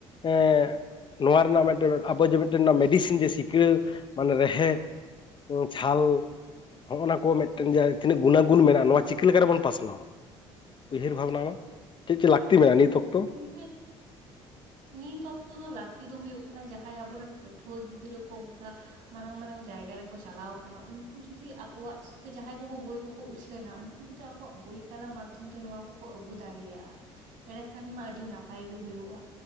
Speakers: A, on the left; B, on the right.
A: ᱮᱸᱜ ᱱᱚᱣᱟ ᱨᱮᱱᱟᱜ ᱢᱮᱫᱴᱮᱱ ᱟᱵᱚ ᱡᱮ ᱢᱤᱫᱴᱮᱱ ᱢᱮᱰᱤᱥᱤᱱ ᱡᱮ ᱥᱤᱠᱲᱟᱹ ᱢᱟᱱᱮ ᱨᱮᱦᱮᱫ ᱩᱸ ᱪᱷᱟᱞ ᱦᱚᱜ-ᱚ ᱱᱟ ᱠᱚ ᱢᱤᱫᱴᱮᱱ ᱡᱟᱭ ᱛᱤᱱᱟᱹᱜ ᱜᱩᱱᱟ ᱜᱩᱱ ᱢᱮᱱᱟᱜ-ᱟ ᱱᱚᱣᱟ ᱪᱤᱠᱟᱹ ᱞᱮᱠᱟᱨᱮ ᱵᱩᱱ ᱯᱟᱥᱱᱟᱣᱟ? ᱩᱭᱦᱟᱹᱨ ᱵᱷᱟᱵᱽᱱᱟ ᱪᱮᱫ ᱪᱮᱫ ᱞᱟᱠᱛᱤ ᱢᱮᱱᱟᱜ-ᱟ ᱱᱤᱛ ᱚᱠᱛᱚ?
B: <inaudible> ᱱᱤᱛ ᱚᱠᱛᱚ ᱫᱚ ᱞᱟᱠᱛᱤ ᱫᱚ ᱦᱩᱭᱩᱜ ᱠᱟᱱᱟ ᱡᱟᱦᱟᱸᱭ ᱟᱵᱚ ᱨᱮᱱ ᱯᱟᱹᱴᱷᱣᱟᱹ ᱜᱤᱫᱽᱨᱟᱹ ᱠᱚ ᱚᱱᱠᱟᱼᱼ ᱢᱟᱨᱟᱝ ᱢᱟᱨᱟᱝ ᱡᱟᱭᱜᱟ ᱨᱮᱠᱩ ᱪᱟᱞᱟᱣ ᱟᱠᱟᱱᱟ ᱩᱱᱠᱩ ᱡᱩᱫᱤ ᱟᱠᱚᱣᱟᱜ ᱥᱮ ᱡᱟᱦᱟᱸᱭ ᱠᱳ ᱠᱳ ᱵᱳᱭ ᱠᱳ ᱠᱳ ᱩᱪᱷᱟᱹᱱᱟ ᱩᱱᱠᱩ ᱡᱩᱫᱤ ᱟᱠᱚᱣᱟᱜ ᱵᱳᱭ ᱛᱟᱞᱟ ᱢᱟᱫᱽᱫᱷᱚᱢ ᱛᱮ ᱱᱚᱣᱟ ᱠᱚᱠᱚ ᱟᱹᱜᱩ ᱫᱟᱲᱮᱭᱟᱜ-ᱟ ᱮᱨᱮ ᱠᱷᱟᱱ ᱢᱟ ᱟᱹᱰᱤ ᱱᱟᱯᱟᱭ ᱜᱮ ᱦᱳᱭᱳᱜ-ᱟ᱾